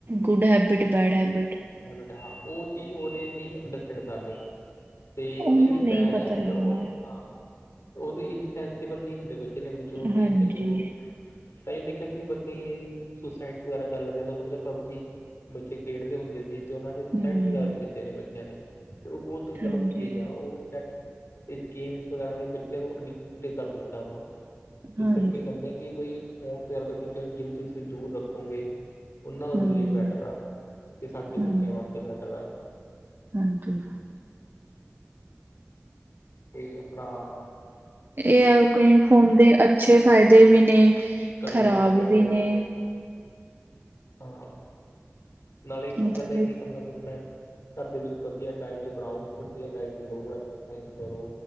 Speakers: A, on the right; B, on the left.
A: good habit bad habit
B: habit ਹਾਂ ਉਹ ਚੀਜ਼ ਉਹਨੇ ਨਹੀਂ ਅੰਡਸਟੈਂਡ ਕਰਨੀ ਤੇ
A: ਉਹਨੂੰ
B: ਉਨੇ ਜਿਹੜੀ
A: ਨਹੀਂ
B: ਬੈਡ
A: ਪਤਾ
B: ਹੈਬਿਟ
A: ਲੱਗਣਾ
B: ਆ ਉਹ ਹਾਂ ਉਹਦੇ ਇੰਨੀ ਸੈਂਸੀਬਲ ਨਹੀਂ ਹੁੰਦੇ ਬੱਚੇ ਮੇਰੇ ਮੈਚੋਰ ਨਹੀਂ
A: ਹਾਂਜੀ
B: ਹੁੰਦੇ ਜੋ ਤਾਂ ਦੇਖਣ ਸੀ ਕਈ ਸੁਸਾਈਡ ਵਗੈਰਾ ਕਰ ਲੈਂਦੇ ਤੁਹਾਨੂੰ ਪਤਾ ਪਬਜੀ ਬੱਚੇ ਖੇਡਦੇ ਹੁੰਦੇ ਸੀ ਤੇ ਉਹਨਾਂ ਨੇ
A: ਹੂੰ
B: ਸਾਈਡ ਵਗੈਰਾ ਵੀ ਕੀਤੇ ਨੇ ਬੱਚਿਆਂ ਨੇ ਤੇ ਉਹ ਬਹੁਤ ਗ਼ਲਤ
A: ਹਾਂਜੀ
B: ਚੀਜ਼ ਆ ਉਹ ਓ ਦੈਟ ਗੇਮ ਵਗੈਰਾ ਨੇ ਬੱਚਿਆਂ ਨੂੰ ਅਡਿਕਟ ਤੇ ਕਰ ਦਿੱਤਾ ਵਾ ਇਸ
A: ਹਾਂਜੀ
B: ਕਰਕੇ ਕਹਿੰਦੇ ਕਿ ਬਈ ਫੋਨ ਤੋਂ ਪਿੱਛੋਂ ਜਿੰਨ ਚੀਜ਼ ਦੂਰ ਰੱਖੋਗੇ ਉਹਨਾਂ ਤੁ
A: ਹੂੰ
B: ਲਈ ਬੈਟਰ ਆ ਤੇ ਸਾਡੇ
A: ਹੂੰ
B: ਬੱਚਿਆਂ ਵਾਸਤੇ ਬੈਟਰ ਆ
A: ਹਾਂਜੀ।
B: ਤੇ ਆਪਾਂ
A: ਇਹ ਹੈ ਕਈ ਫੋਨ ਦੇ ਅੱਛੇ ਫਾਇਦੇ ਵੀ ਨੇ
B: ਘਰ
A: ਖ਼ਰਾਬ
B: ਦੀ ਵਧੀਆ ਡਾਇਟ
A: ਵੀ ਨੇ
B: ਹਾਂ <unintelligible> ਨਾਲੇ ਇੱਕ
A: ਮਤਲਬ
B: ਪੰਗਾ <unintelligible>
A: ਇਹ
B: ਸਾਡੇ ਵਿੱਚ ਵਧੀਆ ਡਾਇਟ ਬਣਾਓ ਵਧੀਆ ਡਾਇਟ ਲਓ ਡਾਇਟ ਕਰੋ